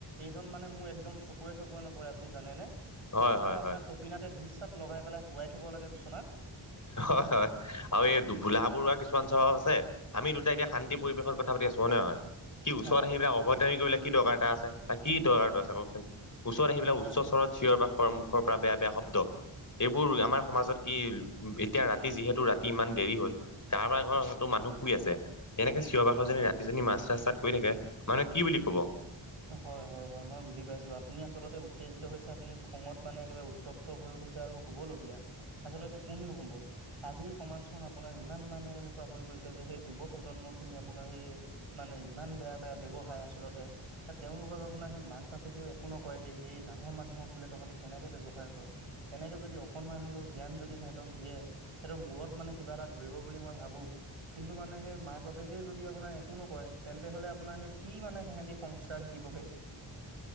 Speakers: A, on the right; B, on the left.
A: এইজন মানে মোৰ একদম চকুুৱে চকুৱে নপৰে আপুনি জানেনে?
B: হয়
A: একদম
B: হয়
A: আপোনাৰ
B: হয়
A: টপিনাতে দুইচাত লগাই পেলাই শুৱাই থ'ব লাগে বিছনাত।
B: হ'য়, হ'য় আৰু এই দু ভোলা বৰুৱা কিছুমান স্বভাৱ আছে। আমি দুটাই এতিয়া শান্তি পৰিৱেশৰ কথা পাতি আছোঁ, হ'য় নহয়? সি
A: হয়।
B: ওচৰত আহিপেলাই অভদ্ৰামি কৰিবলে কি দৰকাৰ তাৰ আছে। তাৰ কি দৰকাৰটো আছে কওঁকচোন? ওচৰত আহিপেলাই
A: হয়,
B: উচ্চস্তৰত
A: হয়,
B: চি চিঞৰ বাখৰ মুখৰ পৰা বেয়া বেয়া শব্দ এইবোৰ আমাৰ সমাজত কি এতিয়া ৰাতি যিহেতু ৰাতি ইমান দেৰি হ'ল। কাৰোবাৰ ঘৰত টো মানুহ শুই আছে। এনেকে চিঞৰ -বাখৰ যদি ৰাতি যদি মাজ ৰাস্তাত কৰি থাকে। মানুহে কি বুলি ক'ব?
A: হ'য়, হ'য় হ'য় মই বুজি পাইছোঁ। আপুনি আচলতে উত্তেজিত হৈছে। আপুনি খঙত মানে একেবাৰে উত উত্তপ্ত হৈ উঠিছে আৰু হ'বলগীয়া। আচলতে কোন নহ'ব। আজিৰ সমাজখন আপোনাৰ ইমান মানে এনেকুৱা হৈ গৈছ্- ছে যে সেই যুৱ প্ৰজন্মখিনি আপোনাৰ সেই মানে, ইমান বেয়া বেয়া ব্যৱহাৰ। আচলতে তেওঁলোকক আপোনাৰ সেই মাক-বাপ কেও একো নকয়। হেৰি এই ডাঙৰ মানুহক বোলে তহঁতি কেনেকে ব্যৱহাৰ কৰ তেনেকে যদি অকণমান হ'লেও জ্ঞান যদি সিহঁতক দিয়ে। সেইটোৰ মূৰত মানে কিবা এটা ধৰিব বুলি মই ভাৱো। কিন্তু মানে সেই মাক বাপেকেই যদি আপোনাৰ একো নকয়। তেন্তে হ'লে আপোনাৰ সেই কি মানে সিহঁতি সংস্ স্কাৰ শিকিব হেই।